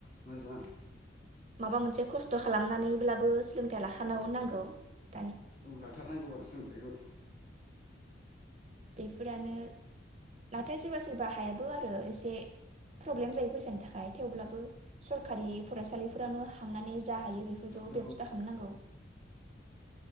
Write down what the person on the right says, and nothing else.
माबा मोनसे खस्थ' खालामनानैब्लाबो सोलोंथाइ लाखानो नांगोन।
बेफोरानो नाथाय सोरबा सोरबा हायाबो आरो एसे प्रब्लेम जायो फैसानि थाखाय थेवब्लाबो सरखारि फरायसालिफोरावनो थांनानै जा हायो बेफोरखौ
बेब'स्था खालामनांगौ।